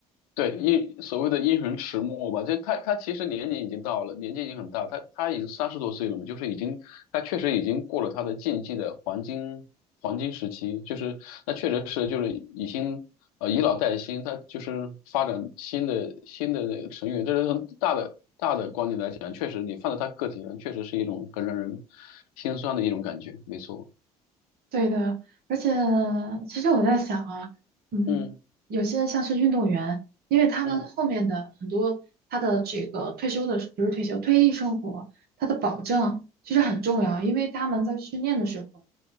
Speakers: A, on the left; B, on the right.
A: 对，因所谓的因循迟暮吧，就他他其实年龄已经到了，年纪已经很大，他他已经三十多岁了嘛，就是已经他确实已经过了他的竞技的黄金黄金时期，就是那确实是就是已经呃以老带新，他就是发展新的新的那个成员，这是从大的大的观点来讲，确实你放在他个体上，确实是一种很让人心酸的一种感觉，没错，
B: 对的，而且其实我在想啊，嗯，
A: 嗯
B: 有些像是运动员，因为他们后面的很多他的这个退休的，
A: 嗯，
B: 不是退休，退役生活，他的保障其实很重要，因为他们在训练的时候，